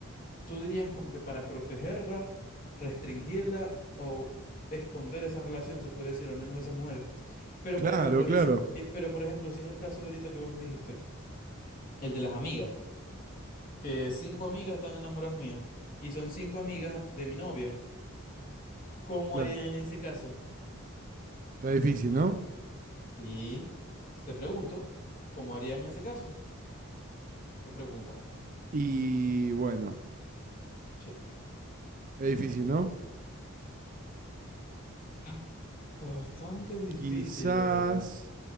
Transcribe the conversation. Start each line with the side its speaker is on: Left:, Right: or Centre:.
Left: tú dirías como que para protegerla, restringirla o esconder esa relación, se podría decir, al menos de esas mujeres. Pero por
Right: Claro,
Left: ejemplo,
Right: claro,
Left: y, si- y- pero por ejemplo, si es el caso de ahorita que vos me dijiste, el de las amigas, que cinco amigas están enamoradas mías y son cinco amigas de mi novia, ¿cómo
Right: claro.
Left: harían en ese caso?
Right: Está difícil, ¿no?
Left: Y te pregunto, ¿cómo harían en ese caso? Me pregunta.
Right: Y bueno,
Left: Che,
Right: es difícil, ¿no?
Left: ah, está bastante difícil,
Right: Quizás.
Left: la verdad.